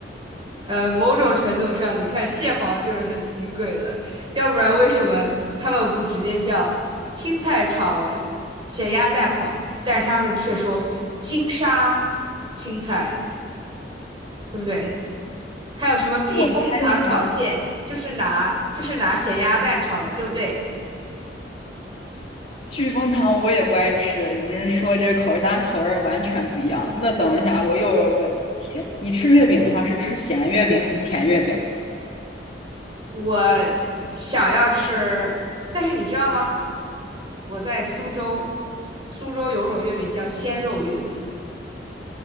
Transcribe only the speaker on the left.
我猜一下，
聚丰堂我也不爱吃，你这人说这口味儿咱俩口味儿完全不一样。那等一下，我又有一个问题，你吃月饼的话是吃咸月饼还是甜月饼？